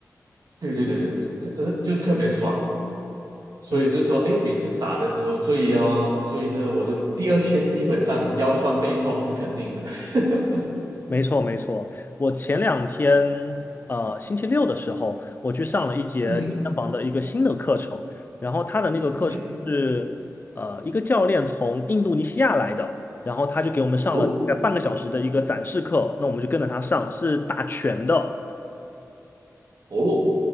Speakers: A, on the right (about 85°); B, on the left (about 35°).
A: 对对对对，呃呃，就特别爽。所以就是说，
B: 嗯。
A: 哎，每次打的时候，所以哦，所以呢，我的第二天基本上腰酸背痛是肯定的。<laughs>
B: 没错，没错。我前两天，呃，星期六的时候，我去上了一节健身房的一个新的课程，
A: 嗯哼，
B: 然后他的那个课程是，
A: 嗯哼，
B: 呃，一个教练从印度尼西亚来的，然后他就给我们上了大概半个小时的一个展示课，
A: 哦
B: 那我们就跟着他上，是打拳的。
A: 哦